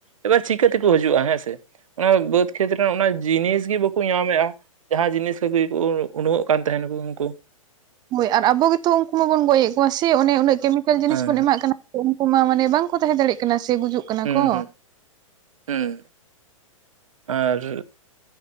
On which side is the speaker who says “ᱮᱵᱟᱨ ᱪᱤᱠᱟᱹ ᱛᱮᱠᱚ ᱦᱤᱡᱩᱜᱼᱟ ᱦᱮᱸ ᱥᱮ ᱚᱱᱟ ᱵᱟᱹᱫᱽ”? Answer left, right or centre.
Right